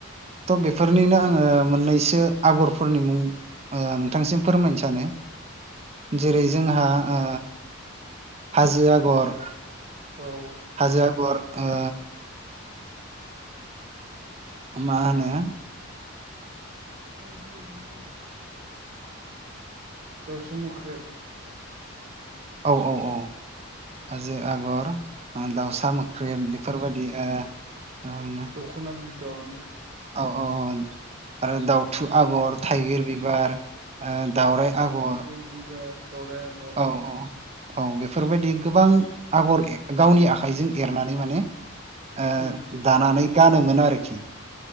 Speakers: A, on the right; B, on the right.
A: थ' बेफोरनिनो आङो मोननैसो आगरफोरनि मुं ओ नोंथांनिसिम फोरमायनो सानो। जेरै
B: उम
A: जोंहा आ हाजो आगर
B: औ
A: हाजो आरगर आ मा होनो
B: हाजो आगर दावसा मौख्रेब
A: औ -औ- औ हाजो आगर दाउसा मोख्रेब बेफोरबायदि ओ
B: दखना बिदन
A: औ औ -औ आरो दाउ थु आगर थाइगिर बिबार ओ दावराइ आगर
B: दावराय आगर
A: औ- औ -औ बेफोरबायदि गोबां आगर गावनि
B: उम
A: आखाइजों एरनानै माने ओ
B: उम
A: दानानै गानोमोन आरोखि